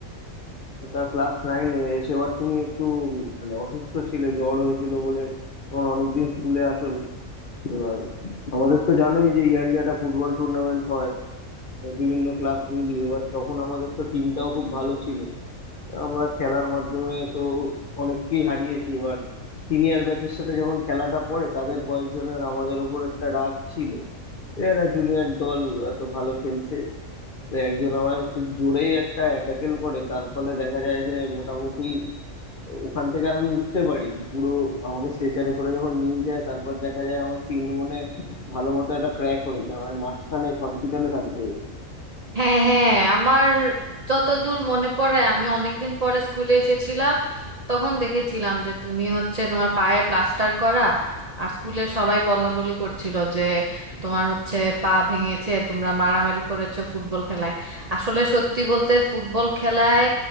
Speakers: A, on the left (about 45°); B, on the right (about 40°).
A: ওটা ক্লাস নাইনে সেবার তুমি একটু উম, মানে অসুস্থ ছিলে জ্বর হয়েছিল বলে তখন অনেকদিন স্কুলে আসোনি এবার আমাদের তো জানোই যে ইয়ারলি একটা ফুটবল টুর্নামেন্ট হয় বিভিন্ন ক্লাস মিলিয়ে এবার তখন আমাদের তো টিমটাও খুব ভালো ছিল আমরা খেলার মাধ্যমে তো অনেককেই হারিয়েছি এবার সিনিয়র ব্যাচের সাথে যখন খেলাটা পড়ে তাদের কয়েকজনের আমাদের ওপর একটা রাগ ছিল এরা জুনিয়র দল এত ভালো খেলছে তো একজন আমায় খুব জোরেই একটা ট্যাকেল করে তার ফলে দেখা যায় যে মোটামুটি ওখান থেকে আর আমি উঠতে পারিনি পুরো আমাকে স্ট্রেচারে করে যখন নিয়ে যায় তারপর দেখা যায় আমার সিন বোনে ভালো মতো একটা ক্র্যাক হয়েছে আমার মাসখানেক হসপিটালে থাকতে হয়েছে
B: হ্যাঁ হ্যাঁ আমার যতদূর মনে পড়ে আমি অনেকদিন পরে স্কুলে এসেছিলাম তখন দেখেছিলাম যে তুমি হচ্ছে তোমার পায়ে প্লাস্টার করা আর স্কুলের সবাই বলাবলি করছিল যে তোমার হচ্ছে পা ভেঙেছে তোমরা মারামারি করেছো ফুটবল খেলায় আসলে সত্যি বলতে ফুটবল খেলায়